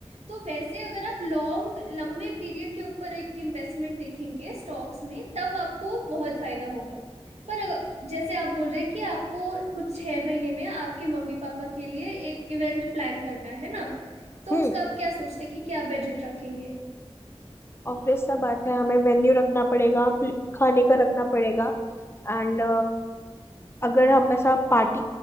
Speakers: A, on the right (about 85°); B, on the left (about 25°).
A: तो वैसे अगर आप लॉन्ग लंबे पीरियड के ऊपर एक इन्वेस्टमेंट देखेंगे स्टॉक्स में तब आपको बहुत फायदा होगा पर अगर- जैसे आप बोल रहे हैं कि आपको कुछ छह महीने में आपके मम्मी पापा के लिए एक इवेंट प्लान करना है ना तो
B: हम्म
A: उसका आप क्या सोचते हैं कि क्या बजट रखेंगे
B: ऑब्वियस सा बात है हमें वेन्यू रखना पड़ेगा प्ले- खाने का रखना पड़ेगा एंड अगर हम ऐसा पार्टी